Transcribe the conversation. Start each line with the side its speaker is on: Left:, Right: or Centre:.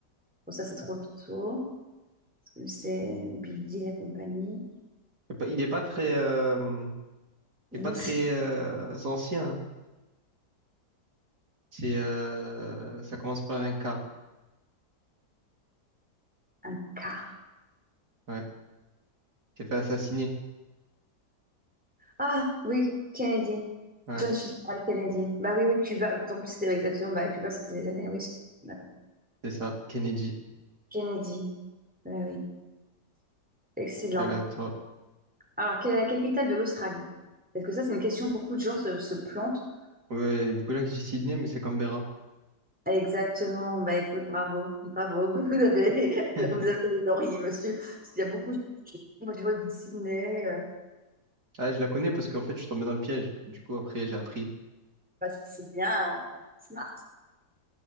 Centre: bon, ça, c'est trop tôt. Parce que C'est Bill Gates et compagnie.
Right: il est pas, il est pas très, euh,
Centre: L'hémicycle,
Right: il est pas très euh, ancien. hein. C'est, euh, ça commence par un K.
Centre: un quart.
Right: Ouais, Il s'est fait assassiner.
Centre: Ah, oui, Kennedy.
Right: Ouais,
Centre: John Fitzgerald Kennedy. Bah oui, oui, Cuba. En plus, c'était exactement, bah, Cuba, c'était les années, oui. c'est- bah oui.
Right: c'est ça, Kennedy.
Centre: Kennedy. Bah oui. Excellent.
Right: Allez, à toi.
Centre: Alors, quelle est la capitale de l'Australie? Parce que ça, c'est une question, beaucoup de gens se, se plantent.
Right: Ouais, il y a beaucoup de gens qui disent Sydney, mais c'est Canberra.
Centre: Exactement. Bah écoute, bravo, bravo. <laughs> Vous avez,
Right: <laughs>
Centre: vous avez les lauriers, monsieur. Parce qu'il y a beaucoup de Moi, j'ai vu Sydney. euh,
Right: Ah, je la connais parce qu'en fait, je suis tombé dans le piège. Du coup, après, j'ai appris.
Centre: bah, c'est bien. euh, Smart.